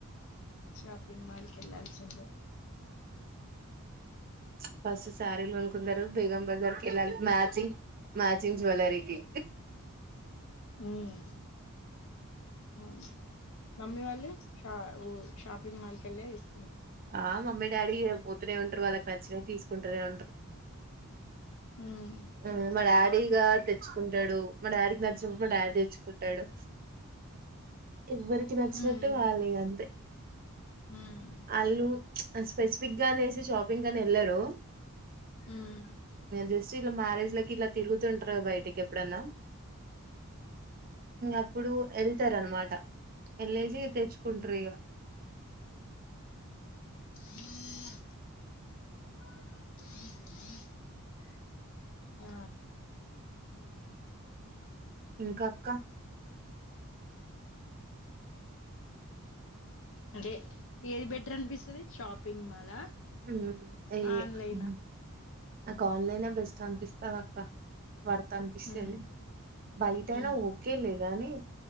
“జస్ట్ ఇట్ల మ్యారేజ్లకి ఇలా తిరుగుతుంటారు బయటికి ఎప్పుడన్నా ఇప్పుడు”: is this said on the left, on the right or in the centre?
Right